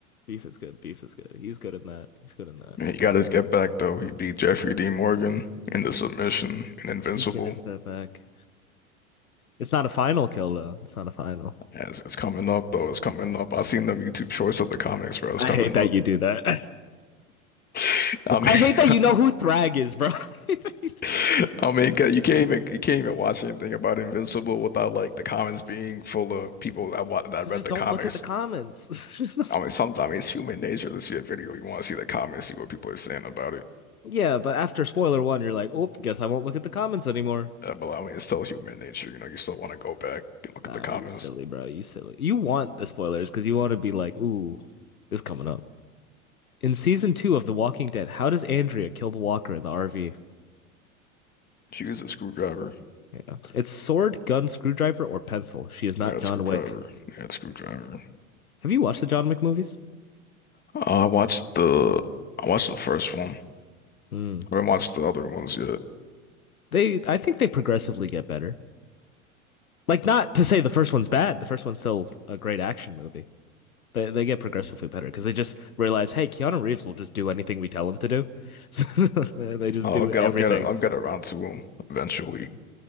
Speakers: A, on the left (about 90°); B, on the left (about 20°).
A: Beef is good. Beef is good. He's good in that. He's good in that.
B: Man, he got his get back though. He beat Jeffrey D. Morgan in the submission in Invincible.
A: He did get his bit back. It's not a final kill though. It's not a final.
B: As it's coming up though, it's coming up. I seen them YouTube shorts of the comics, bro. It's
A: I
B: coming
A: hate that
B: up.
A: you do that.
B: <laughs>
A: <laughs>
B: I
A: I hate that you know who Thrag is, bro. <laughs>
B: mean, <laughs> I mean, 'cause you can't even you can't even watch anything about Invincible without like the comments being full of people that wa that
A: So
B: read
A: just
B: the
A: don't
B: comics
A: look at the comments. <laughs> Just not
B: I mean, sometimes it's human nature to see a video. You want to see the comments, see what people are saying about it.
A: Yeah, but after spoiler one, you're like, oh, guess I won't look at the comments anymore.
B: Uh, but I mean, it's still human nature. You know, you still want to go back and look
A: Nah,
B: at the comments.
A: you silly, bro. You silly. You want the spoilers because you want to be like, ooh, this is coming up. In season two of The Walking Dead, how does Andrea kill the walker in the RV? You
B: She used a screwdriver.
A: know, it's sword, gun, screwdriver, or pencil. She is not
B: Yeah,
A: John
B: a screwdriver.
A: Wick.
B: Yeah, a screwdriver.
A: Have you watched the John Wick movies?
B: Uh, I watched the I watched the first one.
A: Mm.
B: I haven't watched the other ones yet.
A: They, I think they progressively get better. Like, not to say the first one's bad. The first one's still a great action movie. They they get progressively better because they just realize, hey, Keanu Reeves will just do anything we tell him to do. <laughs> So they they just
B: Uh,
A: do
B: I'll get
A: everything.
B: I'll get a, I'll get around to them eventually
A: Um,